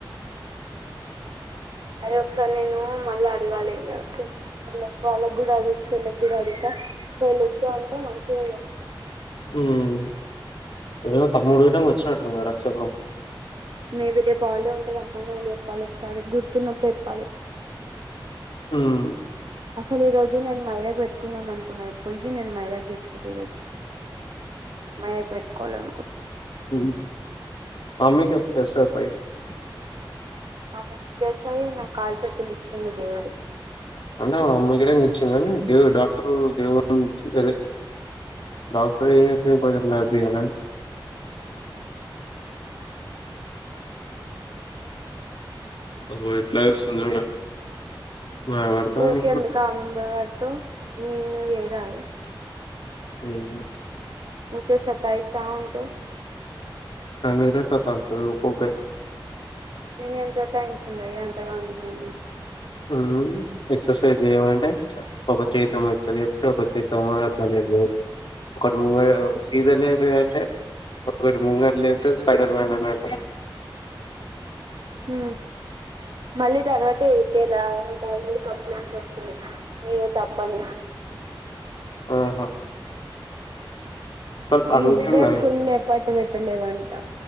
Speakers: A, on the right (about 65°); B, on the left (about 65°).
A: అది ఒకసారి నేను మళ్ళీ అడగాలి <inaudible> వాళ్ళకి కూడా అడగుచ్చు వీళ్ళకి కూడా వస్తుది <inaudible> అంటే మంచిగా అంటారు
B: ఉమ్మ్ ఏదో తమ్ముడు వీటంగా వచ్చినట్టున్నరా చెప్పు
A: మేబీ రేపు వాళ్ళే ఉంటారు అమ్మను <inaudible> చెప్పాలి ఒకసారి గుర్తున్నట్లు చెప్పాలి
B: ఉమ్మ్
A: అసలు ఈ రోజు నేను మైదా పెట్టుకుందాం అనుకున్నా పొయ్యి నేను మైదాకు తెచ్చుకుంటేది వచ్చి మైదాకు పెట్టుకోవాలి అనుకున్
B: ఉమ్మ్ మమ్మీ కి చెప్ తెస్తాది పోయి
A: <unintelligible> ఆమ్మ ముగ్గేస్తది <inaudible> కాళ్ళు చేతులు ఇచ్చింది దేవుడు
B: అన్న అమ్మ ఇక్కడ కూర్చున్నాది ఇదో డా రు ఏమైం అదే డాక్టర్ ఎమ్ చెప్పరు కొంచెం నడిపియాల అని అగో ఎట్లా చేస్తుంది చూడు భయపడతా
A: ఊకె
B: అనుకున్న
A: ఎందుకు ఆమె మీద పడుతావ్ హ్మ్ నువ్వు పోయి రా
B: హ్మ్
A: ఊకె సతాయిస్తా ఉంటావ్
B: <inaudible> ఉకు ఊకె
A: నేను ఎంత టైం చున్న ఎంతమాములు
B: హ్మ్ ఎక్సర్సిస్ చేయమంటే ఒక చేతేమో ఇట్ల లేపుతావా ఒక చేతేమో అట్ల లేపినావ్ ఒకటి ముంగడు సీత లేపినా అయితే ఒకటి ముంగడు లేపితే స్పడర్మాన్ అనటు
A: హ్మ్ మళ్ళీ తర్వాత ఏప్పలా నికు ఆల్రెడీ కంప్లైంట్ చెపింది ఇయో తప్పదు
B: ఆహా అసలు అడుగుతుందా
A: నువ్వే ఫుల్ ఎఫర్ట్ పెట్ లే వంటా